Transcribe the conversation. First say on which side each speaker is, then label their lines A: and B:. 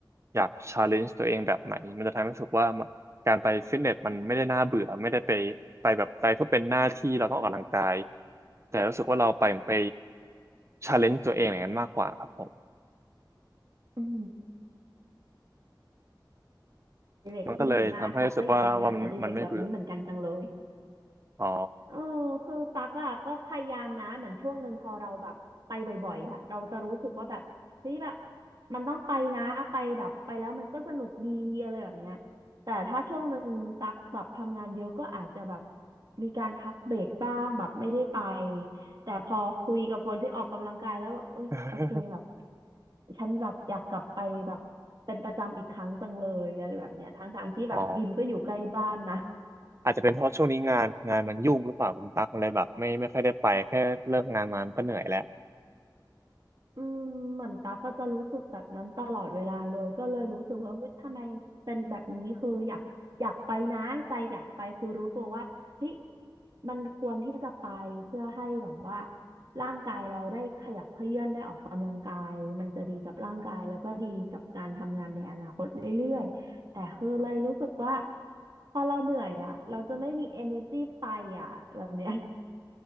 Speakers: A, on the right; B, on the right.
A: อยากชาเลนจ์ตัวเองแบบไหนมันจะทำให้รู้สึกว่าการไปฟิตเนสมันไม่ได้น่าเบื่อไม่ได้ไปไปแบบไปเพื่อเป็นหน้าที่เราต้องออกกำลังกายแต่รู้สึกว่าเราไปไปชาเลนจ์ตัวเองอย่างนั้นมากกว่าครับผม
B: อืมอดิเรกที่ดีมากตักก็อยากมีงานอดิเรกแบบนี้เหมือนกันจังเลย
A: มันก็เลยทำให้รู้สึกว่าว่ามันมันไม่เบื่ออ๋อ
B: เออคือตักอ่ะก็พยายามนะเหมือนช่วงหนึ่งพอเราแบบไปบ่อยๆอ่ะเราจะรู้สึกว่าแบบเฮ้ยแบบมันต้องไปนะไปแบบไปแล้วมันก็สนุกดีอะไรแบบเนี้ยแต่ถ้าช่วงหนึ่งตักแบบทำงานเยอะก็อาจจะแบบมีการพักเบรกบ้างแบบไม่ได้ไปแต่พอคุยกับคนที่ออกกำลังกายแล้วแบบเอ้ยโอเคแบบ
A: <laughs>
B: ฉันแบบอยากกลับไปแบบเป็นประจำอีกครั้งจังเลยอะไรแบบเนี้ยทั้งๆที่แบบยิมก็อยู่ใกล้บ้านนะ
A: อ๋อ อาจจะเป็นเพราะช่วงนี้งานงานมันยุ่งหรือเปล่าคุณตั๊กอะไรแบบไม่ไม่ค่อยได้ไปแค่เลิกงานมามันก็เหนื่อยแล้ว
B: อืมเหมือนตาก็จะรู้สึกแบบนั้นตลอดเวลาเลยก็เลยรู้สึกว่าเฮ้ยทำไมเป็นแบบนี้คืออยากอยากไปนะใจอยากไปคือรู้ตัวว่าเฮ้ยมันควรที่จะไปเพื่อให้แบบว่าร่างกายเราได้ขยับเขยื้อนได้ออกกำลังกายมันจะดีกับร่างกายแล้วก็ดีกับการทำงานในอนาคตเรื่อยๆแต่คือเลยรู้สึกว่าพอเราเหนื่อยอ่ะเราจะไม่มี energy ไปอ่ะแบบเนี้ย